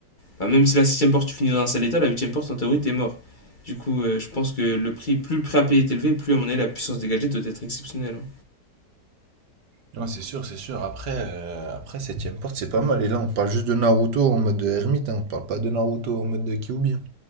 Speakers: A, on the left; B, on the right.
A: Bah, même si la septième porte, tu finis dans un sale état, la huitième porte, en théorie, t'es mort. Du coup, euh, je pense que le prix, plus le prix à payer est élevé, plus à mon avis la puissance dégagée doit être exceptionnelle. hein.
B: Non, c'est sûr, c'est sûr. Après, euh, après, septième porte, c'est pas mal. Et là, on parle juste de Naruto en mode ermite, hein. On parle pas de Naruto en mode de Kyuubi. hein.